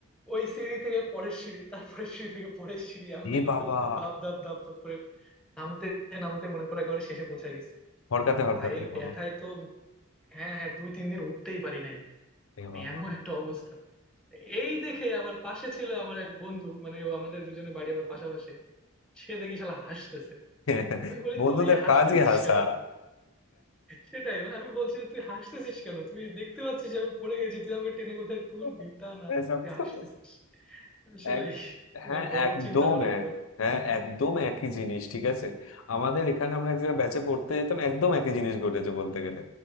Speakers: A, in the centre; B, on the left.
A: ওই সিঁড়ি থেকে পরের সিঁড়ি তারপরে সিঁড়ি থেকে পরের সিঁড়ি এমনি
B: এ
A: করতে
B: বাবা
A: করতে ধাপ ধাপ ধাপ ধাপ করে নামতে নামতে মনে করে একেবারে শেষে পৌঁছে গেছি
B: হরকাতে হরকাতে
A: পায়ের
B: এ বাবা
A: ব্যথায় তো হ্যাঁ হ্যাঁ দুই তিন দিন উঠতেই পারি নাই
B: এ
A: মানে
B: বাবা
A: এমন একটা অবস্থা এই দেখে আবার পাশে ছিল আমার এক বন্ধু মানে ও আমাদের দুজনের বাড়ি আবার পাশাপাশি সে দেখি শালা হাসতেছে
B: <laughs>
A: আমি বলি
B: বন্ধুদের
A: তুই হাসতেছিস
B: কাজই হাসা
A: কেন সেটাই মানে আমি বলছি যে, তুই হাসতেছিস কেন তুই দেখতে পাচ্ছিস যে আমি পড়ে গেছি তুই আমাকে টেনে কোথায় তুলবি
B: <laughs>
A: তা না
B: এসব
A: তুই
B: তো
A: হাসতেছিস আসলেই
B: এক
A: তাহলে
B: হ্যাঁ
A: বলো
B: একদম
A: চিন্তা করো একবার
B: এক হ্যাঁ একদম একই জিনিস ঠিক আছে আমাদের এখানে আমরা এক জায়গায় ব্যাচে পড়তে যেতাম একদম একই জিনিস ঘটেছে বলতে গেলে